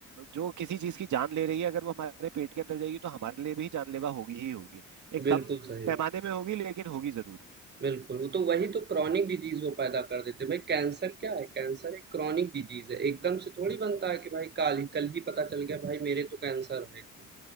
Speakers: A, on the right; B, on the right.
A: जो किसी चीज की जान ले रही है अगर वो हमारे पेट के अंदर जाएगी तो हमारे लिए भी जानलेवा होगी ही होगी एक
B: बिल्कुल
A: कम
B: सही
A: पैमाने
B: बात
A: में
B: है।
A: होगी लेकिन होगी जरूर
B: बिल्कुल, वो तो वही तो क्रॉनिक डिजीज़ वो पैदा कर देते हैं। भाई कैंसर क्या है? कैंसर एक क्रॉनिक डिजीज़ है। एकदम से थोड़ी बनता है कि भाई काल ही कल ही पता चल गया भाई मेरे तो कैंसर है एकदम।